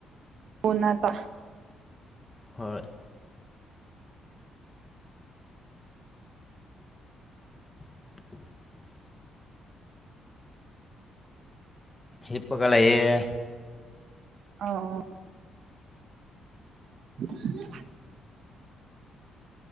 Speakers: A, on the right; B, on the left.
A: ꯀꯣꯟꯅ ꯇꯞ
B: ꯍꯣꯏ <inaudible> ꯍꯤꯞꯄꯑꯒ ꯂꯩꯌꯦ
A: ꯑꯧ <unintelligible>